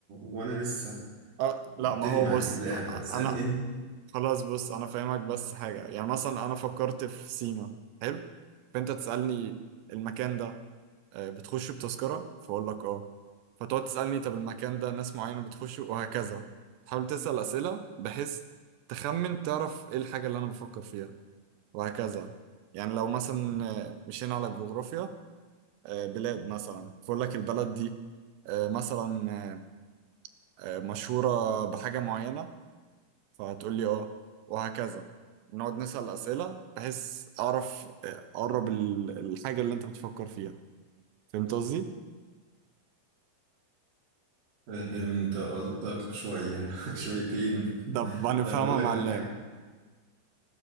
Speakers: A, on the right (about 55°); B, on the right (about 80°).
A: وانا لسه
B: اه
A: ببتدي
B: لا ما هو
A: معاك
B: بص
A: اللعبة
B: أ- أ-
A: اسألني
B: انا
A: انت
B: خلاص بص انا فاهمك بس حاجة يعني مثلا انا فكرت في سيما حلو فانت تسألني المكان ده آه، بتخش بتذكرة فأقول لك اه فتقعد تسألني طب المكان ده ناس معينة بتخش وهكذا تحاول تسأل أسئلة بحيث تخمن تعرف ايه الحاجة اللي أنا بفكر فيها وهكذا يعني لو مثلا آه، مشينا على الجغرافيا آه، بلاد مثلا فأقول لك البلد دي آه، مثلا آه، آه، مشهورة بحاجة معينة فهتقول لي اه وهكذا نقعد نسأل أسئلة بحيث أعرف آه، أقرب ال- الحاجة اللي أنت بتفكر فيها فهمت قصدي؟
A: فهمت قصدك شوية <laughs> شويتين
B: طب هنفهمها
A: طيب هقول لك
B: مع
A: على
B: اللاب
A: حاجة